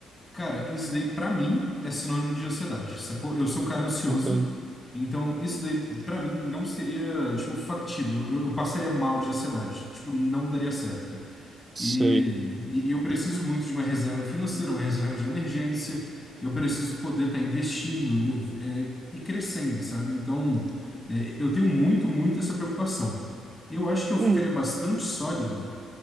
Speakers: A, on the left; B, on the right.
A: cara, isso daí pra mim é sinônimo de ansiedade, sacou? Eu sou um cara ansioso,
B: entendo,
A: então isso daí pra mim não seria, tipo, factível. Eu, eu passaria mal de ansiedade, tipo, não daria certo.
B: sei.
A: E, e e eu preciso muito de uma reserva financeira, uma reserva de emergência. Eu preciso poder estar investindo, é, e crescendo, sabe? Então, é, eu tenho muito, muito essa preocupação. Eu acho que eu
B: Uhum.
A: ficaria bastante sólido